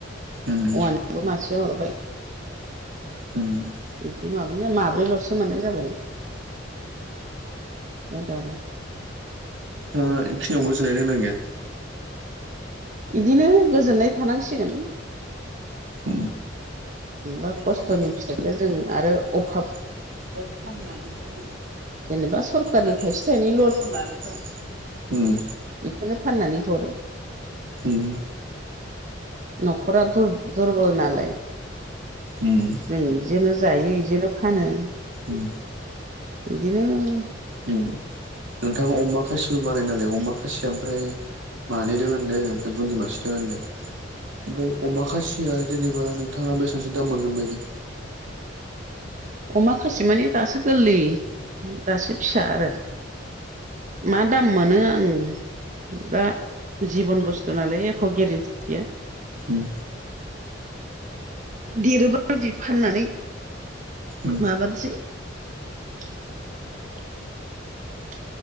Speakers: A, on the right; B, on the right.
A: उम
B: औवानिबो मासे हरबाय
A: ओम
B: बिदि माबानो माब्रैल'सो मोननाय जाबाय आदा आदा
A: ओ बेखिनियाव गोजोननाय दंना गैया?
B: बिदिनो गोजोननाय थानांसिगोन।
A: ओम
B: जेनेबा खस्थ'नि
A: बहुत
B: फिथाइखौ
A: खस्थ'यै
B: जों आरो अभाबाव
A: <unintelligible> खौ फाननानै जों जेनबा
B: जेनेबा सरखारनि
A: सरकारनिफ्रायबो
B: थाइसे थाइनै
A: लन लानाय दं। ओम
B: बेखौनो फाननानै हरो
A: उम
B: न'खरा दुर दुरबल नालाय
A: उम
B: जों इजोंनो जायो इजोंनो फानो।
A: उम
B: बिदिनो
A: ओम नोंथाङा अमा खासिबो बानायो नालाय अमा खासिया ओमफ्राय मानैजों मोनदों ओमफ्राय बुन्दि मासे दङ होनदों। ओमफ्राय अमा खासिया जेनेबा नोंथाङा बेसेबांसो दाम मोनगोन बायदि?
B: अमा खासि माने दासो गोरलै दासो फिसा आरो। मा दाम मोनो आङो दा जिबन बुस्थु नालाय एख' गेरेन्थि गैया।
A: उम
B: देरोबादि फाननानै
A: ओम
B: माबानोसै <inaudible>